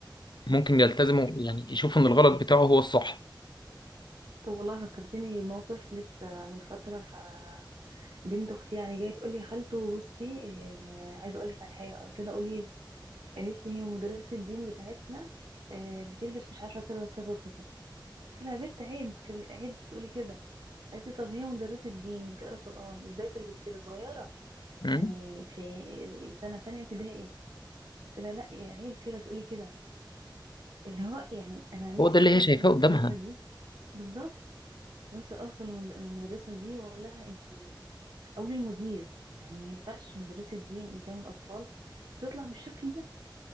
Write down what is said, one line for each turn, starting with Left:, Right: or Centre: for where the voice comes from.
Left: ممكن يلتزموا يعني يشوفوا إن الغلط بتاعه هو الصح
Right: طب والله فكرتني بموقف لسه من فترة ف بنت اختي يعني جايه تقول لي يا خالته بصي آه، عايزه اقول لك على حاجه قلت لها قولي لي قالت لي هي مدرسه الدين بتاعتنا آه، بتلبس مش عارفه كذا وكذا وكذا قلت لها يا بنت عيب تكل- عيب تقولي كده قالت لي طب هي مدرسة دين بتقرا قرآن ازاي تلبس كده صغيرة
Left: مم.
Right: يعني في سنة تانية ابتدائي قلت لها لا عيب كده تقولي كده اللي هو يعني انا نفسي
Left: هو ده اللي
Right: اوصل
Left: هي شايفاه
Right: للمدرسة
Left: قدامها
Right: دي بالظبط نفسي اوصل للمد- للمدرسة دي واقول لها انتي او للمدير يعني ما ينفعش مدرسة دين قدام الاطفال تطلع بالشكل ده